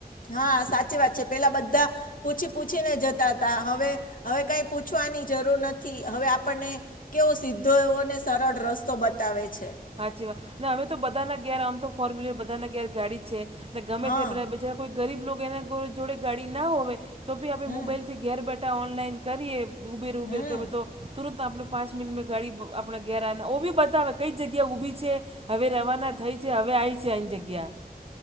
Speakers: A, on the left (about 60°); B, on the right (about 35°).
A: હા સાચી વાત છે પેલા બધા. પૂછી પૂછીને જતા હતા હવે હવે કઈ પૂછવાની જરૂર નથી હવે આપણને. કેવો સીધો એવોને સરળ રસ્તો બતાવે છે.
B: સાાચી વાત ને હવે તો બધાના ઘેર આમ તો ફોર વ્હીલર બધા ના ઘેર ગાડી છે ને ગમે
A: હા
B: તે બા બીજા. કોઈ ગરીબ લોકો એના જોડે ગાડી ના હોય તો બી અમે
A: હમ
B: મોબાઈલથી ઘેર બેઠા ઓનલાઈન કરીએ. ઉબેર
A: હમ
B: ઉબેર કરું તો તુંરત આપણે પાંચ મિનીટમાં ગાડી આપણે ઘેર આઈને ઊભી બતાવે કઈ. જગ્યા ઊભી છે હવે રવાના થઈ છે હવે આવી છે એની જગ્યા.